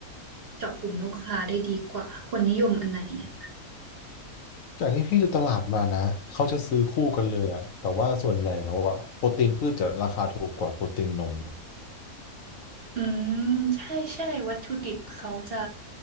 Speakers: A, on the right; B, on the left.
A: เจาะกลุ่มลูกค้าได้ดีกว่าคนนิยมอันไหนอ่ะ
B: จากที่พี่ดูตลาดมานะเขาจะซื้อคู่กันเลยอะแต่ว่าส่วนใหญ่แล้วอะโปรตีนพืชจะราคาถูกกว่าโปรตีนนมเนอะ
A: อืมใช่ใช่วัตถุดิบเขาจะ